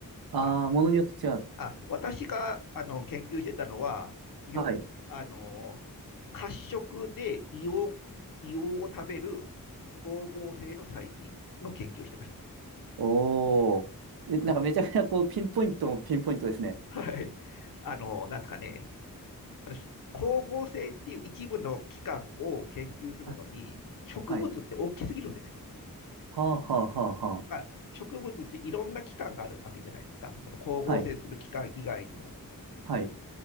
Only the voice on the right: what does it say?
ああー、
ものによって違う。
はい。
おお。え、
なんかめちゃくちゃこう、ピンポイントもピンポイントですね。
はい。
はい。はあはあはあはあ。
はい。はい。